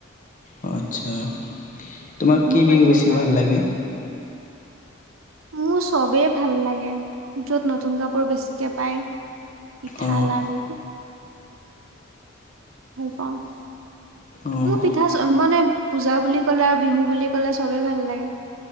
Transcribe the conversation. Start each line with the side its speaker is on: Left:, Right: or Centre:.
Left: অ আচ্ছা, তোমাক কি বিহু
Right: পাতে
Left: বেছি
Right: তাত।
Left: ভাল লাগে?
Right: মোৰ চবেই ভাল লাগে, যত নতুন কাপোৰ বেছিকে পায়। পিঠা,
Left: অ',
Right: লাৰু ভাল পাওঁ
Left: অ',
Right: মো পিঠা মানে পূজা বুলি কলে আৰু বিহু বুলি কলে চবে ভাল লাগে।